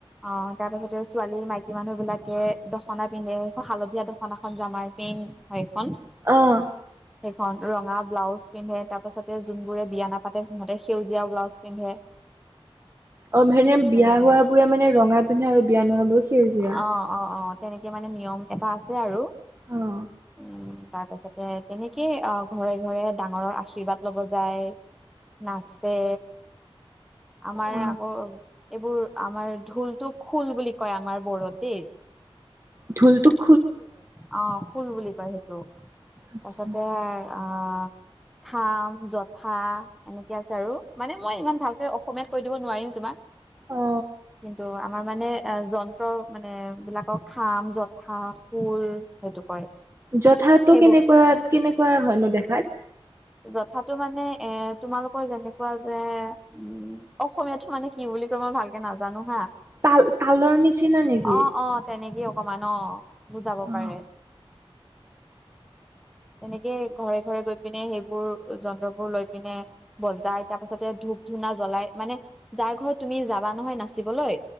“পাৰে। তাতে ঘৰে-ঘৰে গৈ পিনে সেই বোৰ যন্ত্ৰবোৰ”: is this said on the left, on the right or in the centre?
Centre